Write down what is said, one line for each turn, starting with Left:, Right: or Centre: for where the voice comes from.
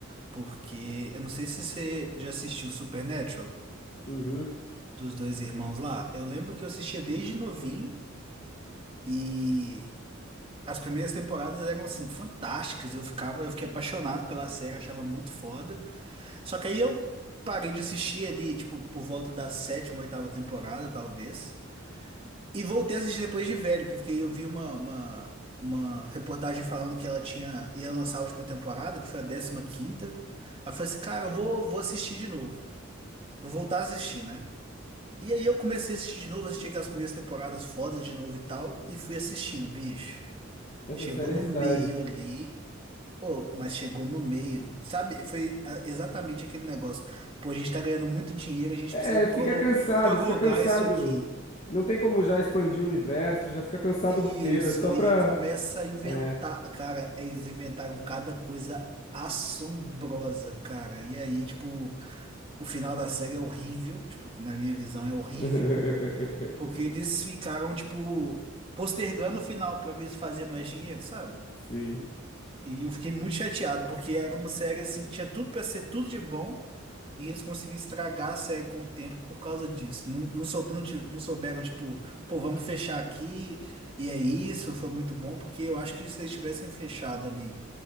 Right: Porque eu não sei se você já assistiu Supernatural
Left: Uhum.
Right: dos dois irmãos lá. Eu lembro que eu assistia desde novinho e as primeiras temporadas eram assim fantásticas. Eu ficava, eu fiquei apaixonado pela série, achava muito foda. Só que aí eu parei de assistir ali, tipo, por volta da sétima, oitava temporada, talvez. E voltei a assistir depois de velho, que eu fiquei, eu vi uma, uma, uma reportagem falando que ela tinha ia lançar a última temporada, que foi a décima quinta. Aí eu falei assim, cara, eu vou, vou assistir de novo. Vou voltar a assistir, né? E aí eu comecei a assistir de novo, assisti aquelas primeiras temporadas fodas de novo e tal, e fui assistindo, bicho.
Left: Essa
Right: Chegou
Left: série
Right: no
Left: é style.
Right: meio ali. Ô, mas chegou no meio. Sabe, foi ah, exatamente aquele negócio. Pô, a gente tá ganhando muito dinheiro, a gente
Left: É,
Right: precisa prolo-
Left: fica cansado,
Right: prorrogar
Left: fica cansado.
Right: isso aqui.
Left: Não tem como já expandir o universo, já fica cansado
Right: Isso,
Left: o roteiro, é só pra.
Right: e aí começa a inventar.
Left: É.
Right: Cara, eles inventaram cada coisa assombrosa, cara. E aí, tipo, o final da série é horrível. Tipo, na minha visão, é horrível.
Left: <laughs>
Right: Porque eles ficaram, tipo, postergando o final pra ver se fazia mais dinheiro, sabe?
Left: Sim.
Right: E eu fiquei muito chateado, porque era uma série, assim, que tinha tudo pra ser tudo de bom, e eles conseguiram estragar a série com o tempo por causa disso. Não, não, soube, não, ti- não souberam, tipo, pô, vamos fechar aqui, e é isso, foi muito bom, porque eu acho que se eles tivessem fechado ali